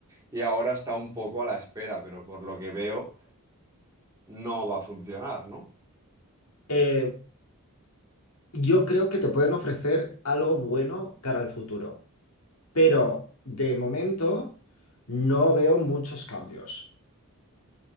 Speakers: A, on the right; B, on the left.
A: y ahora está un poco a la espera, pero por lo que veo no va a funcionar, ¿no?
B: eh, yo creo que te pueden ofrecer algo bueno cara al futuro, pero de momento no veo muchos cambios.